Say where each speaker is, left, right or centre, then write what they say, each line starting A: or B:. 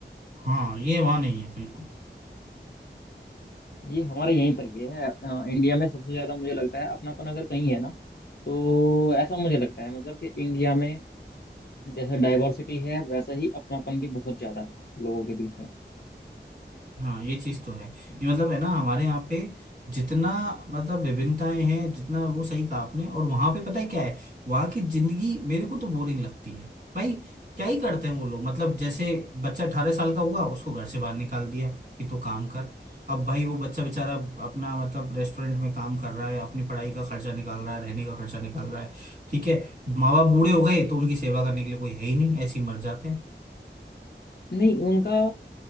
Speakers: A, on the right (about 40°); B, on the left (about 60°).
A: हाँ ये वहां नहीं है बिल्कुल
B: ये हमारे यहीं पर ही है अ, इंडिया में सबसे ज्यादा मुझे लगता है अपनापन अगर कहीं है ना तो ऐसा मुझे लगता है मतलब कि इंडिया में जैसे डाइवर्सिटी है वैसा ही अपनापन भी बहुत ज्यादा है लोगों के बीच में
A: हाँ ये चीज तो है ये मतलब है ना हमारे यहाँ पे जितना मतलब विभिन्नताएं हैं जितना वो सही कहा आपने और वहां पे पता है क्या है वहां की जिंदगी मेरे को तो बोरिंग लगती है भाई क्या ही करते हैं वो लोग मतलब जैसे बच्चा अठारह साल का हुआ उसको घर से बाहर निकाल दिया कि तू काम कर अब भाई वो बच्चा बेचारा अपना मतलब रेस्टोरेंट में काम कर रहा है अपनी पढ़ाई का खर्चा निकाल रहा है रहने का खर्चा निकाल रहा है ठीक है माँ बाप बूढ़े हो गए तो उनकी सेवा करने के लिए कोई है ही नहीं ऐसे ही मर जाते हैं
B: नहीं उनका